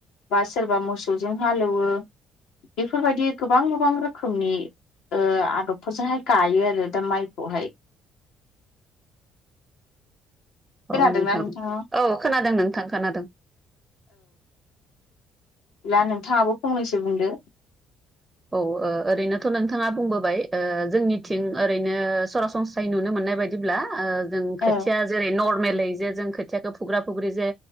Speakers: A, on the left; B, on the right.
A: बा सोरबा मोसौजों हालेवो बेफोरबायदि गोबां गोबां रोखोमनि ओ आदब फोरजोंहाय गायो आरो दा माइखौहाय <inaudible> खोनादोंना
B: औ नोंथां
A: नोंथाङा
B: औ खोनादों नोंथां खोनादों
A: ब्ला नोंथाङाबो फंनैसो बुंदो
B: औ ओ ओरैनोथ' नोंथाङा बुंबोबाय ओ जोंनिथिं ओरैनो सरासनस्रायै नुनो मोन नाय बायदिब्ला ओ जों
A: औ
B: खोथिया जेरै नर्मेलै जे जों खोथियाखौ फुग्रा फुग्रि जे